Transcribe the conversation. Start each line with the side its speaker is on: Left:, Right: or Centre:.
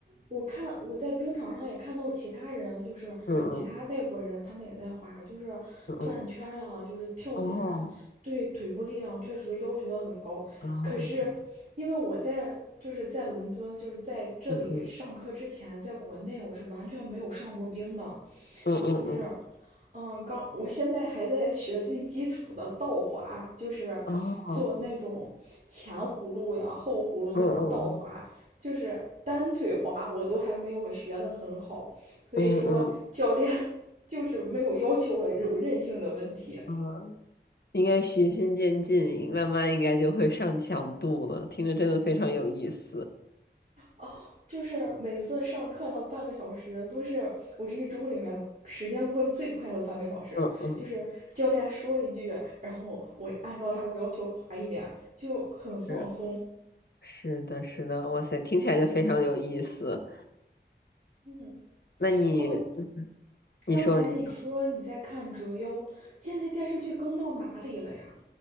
Right: 我看我在冰场上也看到其他人，就是其他外国人，
Left: 嗯嗯
Right: 他们也在滑，就是转圈儿呀，
Left: 嗯嗯，
Right: 就是跳起来呀，
Left: 哦，
Right: 对腿部力量确实要求的很高。
Left: 哦，
Right: 可是因为我在就是在伦敦，
Left: 这样，
Right: 就是在这里上课之前，
Left: 嗯嗯
Right: 在国内我是完全没有上过冰的，
Left: 嗯嗯嗯，
Right: 就是，嗯，呃刚我现在还在学最基础的倒滑，就是做那种前葫芦呀、
Left: 哦，
Right: 后葫芦那种倒滑，
Left: 嗯嗯嗯。
Right: 就是单腿滑，我都还没有学的很好，所以说教练
Left: 嗯嗯
Right: <laughs> 就是没有要求我柔韧性的问题，
Left: 嗯，应该循序渐进，慢慢应该就会上强度了。听着真的非常有意思。
Right: 哦，就是每次上课那半个小时，都是我这一周里面时间过得最快的半个小时。
Left: 嗯嗯，
Right: 就是教练说一句，然后我按照他的要求划一点，就很放松。
Left: 是是的，是的，哇塞，听起来就非常有意思。
Right: 嗯，
Left: 那你嗯
Right: 哦，
Left: 你说你。
Right: 刚才你说你在看《折腰》，现在电视剧更到哪里了呀？